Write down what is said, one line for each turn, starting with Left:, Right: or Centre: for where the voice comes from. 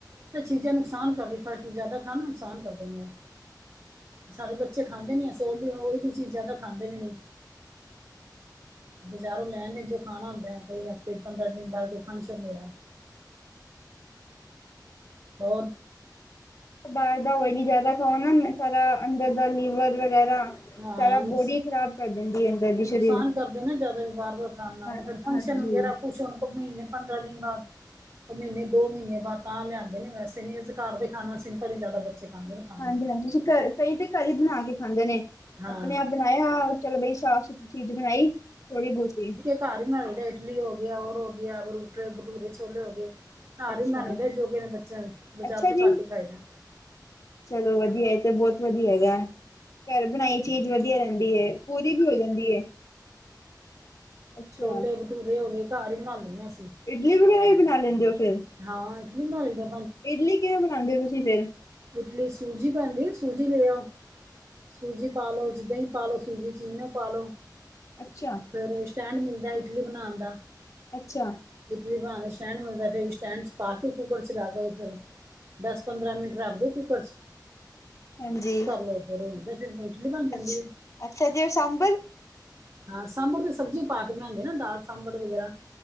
Right: ਤੇ ਚੀਜ਼ਾਂ ਨੁਕਸਾਨ ਕਰਦੀ ਫ ਫੂਟ ਜ਼ਿਆਦਾ ਖਾਣ ਨੂੰ ਨੁਕਸਾਨ ਕਰਦੇ ਨੇ ਸਾਡੇ ਬੱਚੇ ਖਾਂਦੇ ਨੀ ਅ ਸਲੀ ਆਇਲੀ ਚੀਜ਼ਾਂ ਤਾਂ ਖਾਂਦੇ ਵੀ ਨੀ ਬਜ਼ਾਰੋਂ ਲੈਣਦੇ ਜੋ ਖਾਣਾ ਹੁੰਦਾ ਕੋਈ ਹਫ਼ਤੇ ਚ ਪੰਦਰਾਂ ਦਿਨ ਬਾਅਦ ਕੋਈ ਫੰਕਸ਼ਨ ਹੋਇਆ ਹੋਰ
Left: ਬਾਹਰ ਦਾ ਆਇਲੀ ਜਿਆਦਾ ਖਾਉ ਨਾ ਮੈਂ ਸਾਰਾ ਅੰਦਰ ਦਾ ਲੀਵਰ ਵਗੈਰਾ
Right: ਹਾਂ
Left: ਸਾਰਾ
Right: ਨੁਕਸ
Left: ਬੋਡੀ ਖਰਾਬ ਕਰ ਦਿੰਦੀ ਹੈ ਅੰਦਰ ਦੀ ਸਰੀਰ।
Right: ਨੁਕਸਾਨ ਕਰਦੇ ਨਾ ਜ਼ਿਆਦਾ ਵੀ ਬਾਹਰ ਵਾਰ ਖਾਣ ਨਾਲੋਂ
Left: ਹਾਂ
Right: ਫਿਰ ਫੰਕਸ਼ਨ
Left: ਹਾਂਜੀ
Right: ਵਗੈਰਾ ਕੁਛ ਹੋਣ ਤਭੀ ਨੇ ਪੰਦਰਾਂ ਦਿਨ ਬਾਅਦ ਉਹ ਮਹੀਨੇ ਦੋ ਮਹੀਨੇ ਬਾਅਦ ਤਾਂ ਲਿਆਿਆਂਦੇ ਨੇ ਵੈਸੇ ਨਹੀਂ ਘਰ ਦੇ ਖਾਣਾ ਸਿੰਪਲ ਹੀ ਜ਼ਿਆਦਾ ਬ ਖਾਂਦੇ ਨੇ ਖਾਣਾ
Left: ਹਾਂਜੀ ਹਾਂਜੀ ਤੁਸੀਂ ਘ ਕਈ ਤੇ ਘਰ ਹੀ ਬਣਾ ਕੇ ਖਾਂਦੇ ਨੇ
Right: ਹਾਂ
Left: ਆਪਣੇ ਆਪ ਬਣਾਇਆ ਚਲੌ ਬਈ ਸਾਫ਼ ਸੁਥਰੀ ਚੀਜ਼ ਬਣਾਈ ਥੋੜ੍ਹੀ ਬਹੁਤਈ
Right: ਘਰ ਹੀ ਬਣਾਉ ਲਈ ਦਾ ਇਟਲੀ ਹੋ ਗਿਆ ਹੋਰ ਹੋ ਗੁਟਰੇ ਬਟੂਰੇ ਛੋਲੇ ਹੋ ਗਏ ਘਰ
Left: ਅੱਛਾ
Right: ਹੀ ਬਨਾ ਲ ਦੇ ਜੋ ਕਿ ਬੱਚਿਆਂ ਬਜ਼ਾਰ
Left: ਅੱਛਾ
Right: ਤੋਂ
Left: ਜੀ
Right: ਘੱਟ ਹੀ ਖਾਈਦਾ
Left: ਚਲੋ ਵਧੀਆ ਏ ਤੇ ਬਹੁਤ ਵਧੀਆ ਹੈ ਘਰ ਬਣਾਈ ਚੀਜ਼ ਵਧੀਆ ਰਹਿੰਦੀ ਹੈ ਪੂਰੀ ਵੀ ਹੋ ਜਾਂਦੀ ਹੈ ਅੱਛਾ
Right: ਛੋਲੇ ਭਟੂਰੇ ਹੋ ਗਏ ਘਰ ਹੀ ਬਣਾ ਲੈਂਦੇ ਹਾਂ ਅਸੀਂ
Left: ਇਡਲੀ ਵਗੈਰਾ ਹੀ ਬਣਾ ਲੈਂਦੇ ਹੋ ਫੇਿਰ
Right: ਹਾਂ ਇਡਲੀ ਬਣਾ ਲਈ ਦਾ
Left: ਇਡਲੀ ਕਿਵੇਂ ਬਣਾਉਂਦੇ ਹੋ ਤੁਸੀਂ ਫੇਰ
Right: ਇਡਲੀ ਸੂਜੀ ਪੈਂਦੀ ਸੂਜੀ ਲੈ ਆਓ ਸੂਜੀ ਪਾ ਲੋ ਦਹੀਂ ਪਾ ਲੋ ਸੂਜੀ ਚੀਨਿ ਪਾ ਲੋ
Left: ਅੱਛਾ
Right: ਫਿਰ ਸਟੈਂਡ ਮਿਲਦਾ ਇਟਲੀ ਬਣਾਉਣ ਦਾ
Left: ਅੱਛਾ
Right: ਇਟਲੀ ਬਣਾ ਸਟੈਂਡ ਮਿਲਦਾ ਫਿਰ ਸਟੈਂਡ ਚ ਪਾ ਕੇ ਕੁੂੱਕਰ ਚਲਾ ਕੇ ਫਿਰ ਦਸ ਪੰਦਰਾਂ ਮਿੰਟ ਰੱਖਦੇ ਕੂੱਕਰ ਚ
Left: ਹਾਂਜੀ
Right: ਚਲੋ ਫਿਰ ਉਹਦਾ ਫਿਰ ਮ ਇਟਲੀ ਬਣ ਜਾਂਦੀ
Left: ਅੱਛਾ
Right: ਆ
Left: ਅੱਛਾ ਜੇ ਸਾਂਬਰ
Right: ਹਾਂ ਸਾਂਬੜ ਦੀ ਸਬਜ਼ੀ ਪਾ ਕੇ ਬਣਾਉਂਦੇ ਨਾ ਦਾਲ ਸਾਂਬੜ ਵਗੈਰਾ